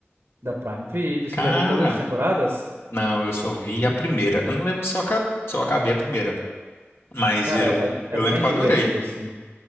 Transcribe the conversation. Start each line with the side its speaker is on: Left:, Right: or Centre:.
Right: da Prime Video?
Left: Cara,
Right: Você já viu todas as temporadas?
Left: não, eu só vi a primeira. Eu não lembro se eu aca- se eu acabei a primeira, mas
Right: Cara,
Left: eu,
Right: é, é
Left: eu
Right: bem
Left: lembro que
Right: divertido,
Left: eu adorei.
Right: assim.